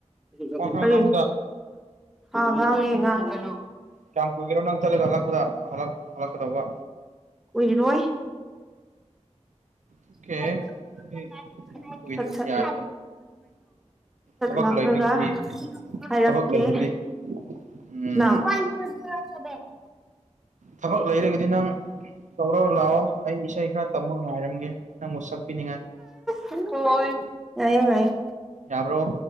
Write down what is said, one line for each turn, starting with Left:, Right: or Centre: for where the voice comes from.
Centre: <unintelligible>
Right: ꯋꯥꯈꯜ
Centre: ꯀꯔꯤ
Right: ꯉꯥꯡꯕꯗ
Centre: ꯍꯥ ꯉꯥꯡꯉꯦ-ꯉꯥꯡꯉꯦ꯫
Right: ꯀꯌꯥꯝ ꯀꯨꯏꯒꯦꯔꯣ ꯅꯪ ꯆꯠꯂꯒ ꯍꯜꯂꯛꯄꯗ ꯍꯜꯂꯛ ꯍꯜꯂꯛꯀꯗꯧꯕ꯫
Centre: ꯀꯨꯏꯔꯔꯣꯏ꯫
Right: ꯑꯣꯀꯦ
Centre: <unintelligible>
Right: ꯑꯗꯨꯗꯤ ꯌꯥꯝ ꯀꯨꯏꯗ꯭ꯔꯗꯤ
Centre: ꯁꯠ-ꯁꯠ
Right: ꯌꯥꯏ ꯊꯕꯛ
Centre: ꯂꯥꯛꯂꯒ
Right: ꯂꯩꯔꯒꯗꯤ
Centre: ꯍꯥꯏꯔꯛꯀꯦ
Right: ꯊꯕꯛ ꯂꯩꯔꯒꯗꯤ ꯎꯝ
Centre: ꯅꯪ꯫ <unintelligible>
Right: ꯊꯕꯛ ꯂꯩꯔꯒꯗꯤ ꯅꯪ ꯇꯧꯔꯒ ꯂꯥꯛꯑꯣ ꯑꯩ ꯏꯁꯩ ꯈꯔ ꯇꯝꯕ ꯉꯥꯏꯔꯝꯒꯦ ꯅꯪꯕꯨ ꯁꯛꯄꯤꯅꯤꯡꯉꯥꯏ
Centre: ꯍꯣꯏ ꯂꯣꯏꯔꯦ ꯉꯥꯏꯌꯨ ꯉꯥꯏꯌꯨ꯫
Right: ꯌꯥꯕ꯭ꯔꯣ꯫